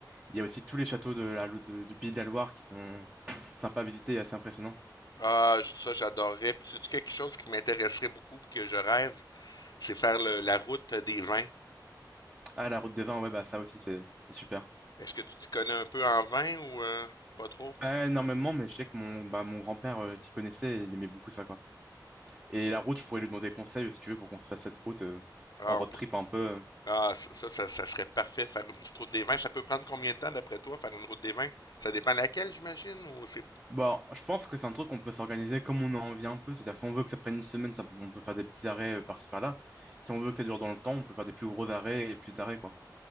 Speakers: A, on the right; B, on the left.
A: Il y a aussi tous les châteaux de la, Lo- de- du Pays de la Loire qui sont sympas à visiter et assez impressionnants.
B: Ah, j- ça, j'adorerais. Puis, sais-tu quelque chose qui m'intéresserait beaucoup puis que je rêve, c'est faire le- la route des vins.
A: Ah, la Route des Vins, ouais, bah ça aussi, c'est c'est super.
B: Est-ce que tu t'y connais un peu en vin ou euh, pas trop?
A: Pas énormément, mais je sais que mon, bah, mon grand-père euh, s'y connaissait et il aimait beaucoup ça, quoi. Et la route, je pourrais lui demander conseil, euh, si tu veux, pour qu'on se fasse cette route euh,
B: Ah,
A: en road
B: on pr-
A: trip un peu. euh.
B: ah, ça, ça, ça- ça serait parfait, faire une petite route des vins. Ça peut prendre combien de temps, d'après toi, faire une route des vins? Ça dépend laquelle, j'imagine, ou c'est...
A: Bon, je pense que c'est un truc qu'on peut s'organiser comme on a envie un peu. C'est-à-dire, que si on veut que ça prenne une semaine, ça- on peut faire des petits arrêts euh, par-ci par-là. Si on veut que ça dure dans le temps, on peut faire des plus gros arrêts et plus d'arrêts, quoi.